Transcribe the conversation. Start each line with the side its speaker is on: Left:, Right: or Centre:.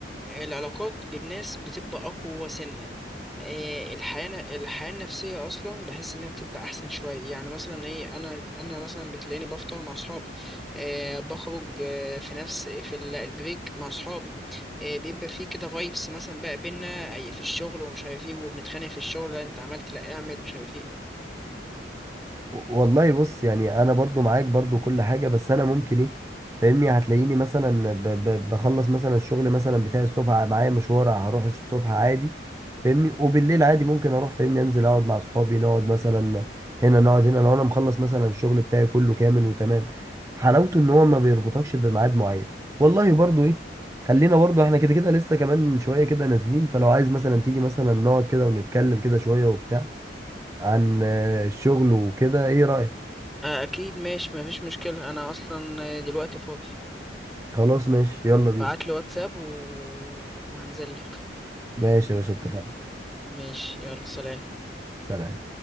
Centre: العلاقات بالناس بتبقى أقوى سنة آه، الحياة الحياة النفسية أصلا بحس إنها بتبقى أحسن شوية يعني مثلا إيه أنا أنا مثلا بتلاقيني بفطر مع أصحابي آه، بخرج آه، في نفس في ال- البريك مع أصحابي آه، بيبقى في كده فايبس مثلا بقى بينا أي- في الشغل ومش عارف إيه وبنتخانق في الشغل لا أنت عملت لا أعمل مش عارف إيه
Right: والله بص يعني انا برضو معاك برضو كل حاجة بس انا ممكن ايه فاهمني هتلاقيني مثلا ب ب بخلص مثلا الشغل مثلا بتاعي الصبح معايا مشوار هروح الصبح عادي فاهمني وبالليل عادي ممكن اروح فاهمني انزل اقعد مع اصحابي نقعد مثلا هنا نقعد هنا لو انا مخلص مثلا الشغل بتاعي كله كامل وتمام حلاوته ان هو ما بيربطكش بميعاد معين والله برضو ايه خلينا برضو احنا كده كده لسه كمان شوية كده نازلين فلو عايز مثلا تيجي مثلا نقعد كده ونتكلم كده شوية وبتاع عن آه، الشغل وكده ايه رأيك
Centre: آه، أكيد ماشي مفيش مشكلة أنا أصلا آه، دلوقتي فاضي
Right: خلاص ماشي يلا
Centre: بعتلي
Right: بينا
Centre: واتساب و... وهنزل لك
Right: ماشي يا باشا اتفقنا
Centre: ماشي يلا سلام
Right: سلام